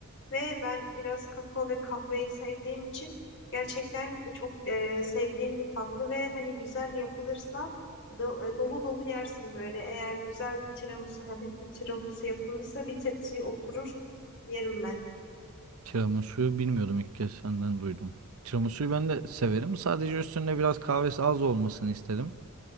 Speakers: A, on the left (about 60°); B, on the right (about 80°).
A: Ve ben biraz kakao ve kahveyi sevdiğim için gerçekten çok e, sevdiğim bir tatlı ve hani güzel yapılırsa do- e, dolu dolu yersin böyle. Eğer güzel bir tiramisu, hafif bir tiramisu yapılmışsa bir tepsiye oturur yerim ben.
B: Tiramisu'yu bilmiyordum ilk kez senden duydum. Tiramisu'yu ben de severim. Sadece üstünde biraz kahvesi az olmasını isterim.